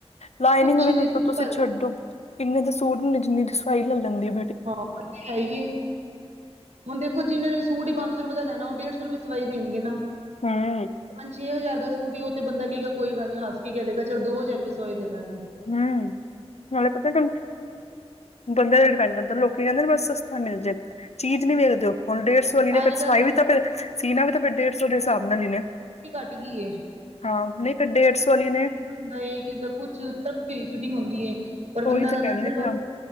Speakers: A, on the left; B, on the right.
A: ਲਾਈਨਿੰਗ
B: ਕੁਛ
A: ਨੂੰ
B: ਨੀ ਸਿੰਪਲ
A: ਤੇ ਤੁਸੀਂ ਛੱਡੋ, ਇੰਨੇ ਦਾ ਸੂਟ ਨਈ ਜਿੰਨੀ ਦੀ ਸਵਾਈ ਲੈ ਲੈਂਦੀ ਓ
B: ਹਾਂ। ਚਾਈਏ, ਹੁਨ ਦੇਖੋ ਜਿਨਾਂ ਨੇ ਸੂਟ ਪੰਜ ਸੌ ਰੁਪਏ ਦਾ ਲੈਨਾ ਓ ਡੇਢ ਸੌ ਰੁਪਏ ਸਵਾਈ ਦੇਨਗੇ ਨਾ।
A: ਹੂੰ,
B: ਪੰਜ ਹਜ਼ਾਰ ਦਾ ਸੂਟ ਏ ਓ ਤੇ ਬੰਦਾ ਕਏਗਾ ਕੋਈ ਗੱਲ ਨੀ ਹੱਸ ਕੇ ਕੈ ਦੇਗਾ ਚੱਲ ਦੋ ਹਜ਼ਾਰ ਵੀ ਸਵਾਈ ਦੇਂਦਾ ਗੀ।
A: ਹੂੰ, ਨਾਲੇ ਪਤਾ ਤਾਨੂੰ ਬੰਦਿਆਂ ਦਾ ਡਿਪੈਂਡ ਕਰਦਾ ਲੋਕੀ ਕੈਂਦੇ ਨੇ ਬਸ ਸਸਤਾ ਮਿਲ ਜੇ, ਚੀਜ਼ ਨੀ ਵੇਖਦੇ ਓ ਹੁਨ ਡੇਡ ਸੋ <unintelligible>
B: ਅੱਜ
A: ਫਿਰ ਸਲਾਈ
B: ਕੱਲ ਤੇ
A: ਵੀ ਤਾਂ ਫਿਰ ਸੀਨਾ ਵੀ ਤਾਂ ਫਿਰ ਡੇਢ ਸੌ ਦੇ ਹਿਸਾਬ ਨਾਲ ਈ ਨਾ
B: ਘੱਟ ਗਈ ਏ
A: ਹਾਂ ਨਈਂ ਇਕ ਡੇਢ ਸੌ ਆਲੀ ਨੇ
B: ਹੁੰਦਾ ਏ ਕਿਸੇ ਦਾ ਕੁਛ ਧੱਕੇ ਦੀ ਫਿਟਿੰਗ ਹੁੰਦੀ ਏ, ਪਰ ਬੰਦਾ
A: ਉਹੀ ਤਾਂ
B: ਕੈਂਦਾ
A: ਕਹਿੰਦੇ
B: ਚਲੋ
A: ਪਏ ਹਾਂ